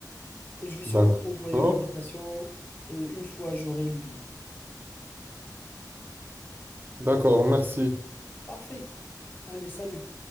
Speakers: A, on the left; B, on the right.
A: Et je vais sûrement
B: D'accord.
A: t'envoyer une invitation euh, une fois j'aurai les billets.
B: D'accord, merci.
A: Parfait. Allez, salut.